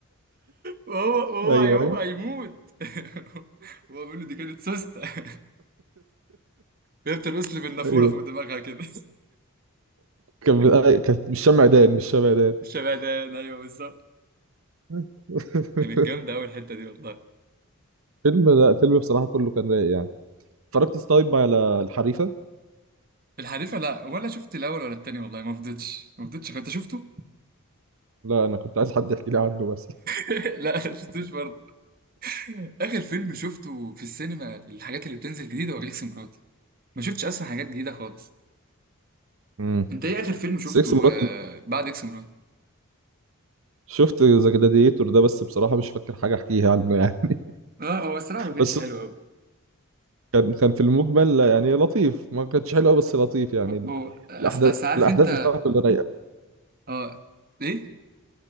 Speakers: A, on the right; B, on the right.
A: وهو وهو
B: ايوه
A: هيعوم
B: ايوه
A: هيموت <laughs> وهو بيقول له دي كانت سوسته <laughs> وهي بترقص لي بالنافوره
B: ايوه
A: فوق دماغها كده
B: كان آه، كانت مش شمع دان مش شمع دان
A: <laughs> شبهدان ايوه بالظبط
B: <laughs>
A: كانت جامده قوي الحته دي والله
B: فيلم لا فيلم بصراحه كله كان رايق يعني اتفرجت طيب على الحريفه
A: الحريفه لا ولا شفت الاول ولا التاني والله ما فضيتش ما فضيتش انت شفته؟
B: لا انا كنت عايز حد يحكي لي عنه بس
A: <laughs> لا ما شفتوش برضه اخر فيلم شفته في السينما الحاجات اللي بتنزل جديده هو اكس مراتي ما شفتش اصلا حاجات جديده خالص
B: <laughs> امم
A: انت ايه اخر فيلم شفته
B: سكس مرات
A: آه، بعد اكس مراتي
B: شفت ذا جلاديتور ده بس بصراحه مش فاكر حاجه احكيها عنه يعني
A: اه هو الصراحه ما كانتش
B: بس
A: حلو قوي
B: كان كان في المقبل يعني لطيف ما كانتش حلوه بس لطيف يعني
A: هو
B: ال-
A: هو- أس,
B: الاحداث
A: أس عارف
B: الاحداث
A: انت
B: بتاعته اللي رايقه
A: اه ايه